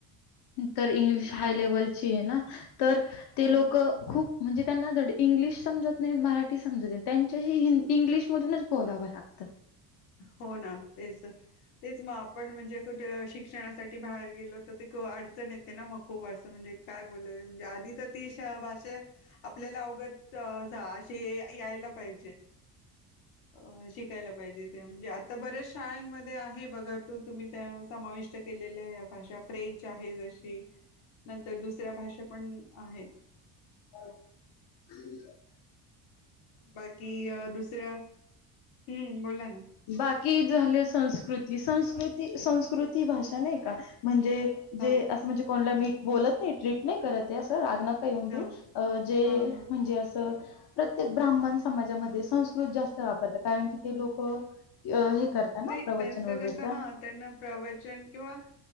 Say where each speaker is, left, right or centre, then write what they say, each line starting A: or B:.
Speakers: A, on the left; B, on the left.
A: तर इंग्लिश हाय
B: आता
A: लेवलची आहे ना तर ते
B: हो
A: लोक खूप. म्हणजे त्यांना धड इंग्लिश समजत नाही मराठी समजत नाही त्यांच्याशी हि. इंग्लिशमधूनच बोलावं लागतं.
B: हो ना तेच तेच मग आपण म्हणजे कुठे शिक्षणासाठी बाहेर गेलो तर अडचण ये ना मग खूप असं म्हणजे काय बोयं म्हणजे आधी तर ती शा भाशे आपल्याला अवगत जा, अशी यायला पाहिजे. अ शिकायला पाहिजेत. म्हणजे आता बऱ्याच शाळांमध्ये आहे बघा तू तुम्ही त्या समाविष्ट केलेल्या भाषा फ्रेंच. आमची आहे जशी नंतर दुसऱ्या भाषा पण आहेत.
A: हो. कुठ गेल्या?
B: बाकी अ. दुसऱ्या.. हम्म बोला ना.
A: बाकी झाल्या संस्कृती, संस्कृती, संस्कृती भाषा नाही का म्हणजे. जे
B: हा
A: अस म्हणजे कोनला मी बोलत नाही ट्रीट नाही करत अस राग नका. नका येऊन देऊ
B: हा
A: जे
B: हा हा
A: म्हणजे असं. प्रत्येक ब्राह्मण समाजामध्ये संस्कृत जास्त वापरतात कारण की ते लोक हे. करता ना
B: नाही
A: प्रवचन
B: त्यांच
A: वगैरे
B: कस
A: त्या
B: हा त्यांना प्रवचन किंवा वाच.